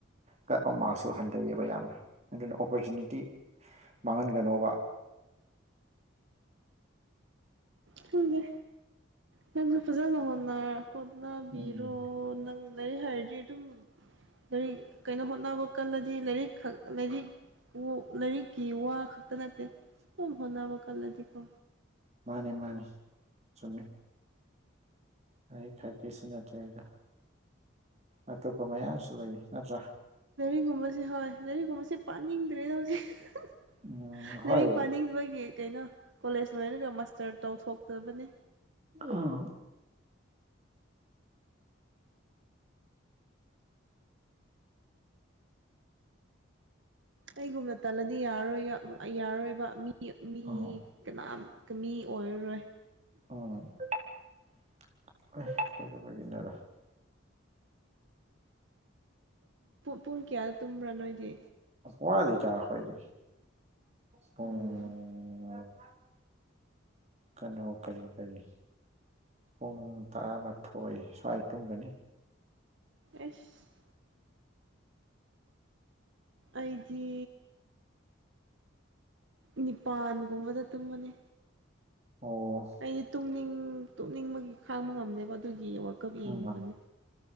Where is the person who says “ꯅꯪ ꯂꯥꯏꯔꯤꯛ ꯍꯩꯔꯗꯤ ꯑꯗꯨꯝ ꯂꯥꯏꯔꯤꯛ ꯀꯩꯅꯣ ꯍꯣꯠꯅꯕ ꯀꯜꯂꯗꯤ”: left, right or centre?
Right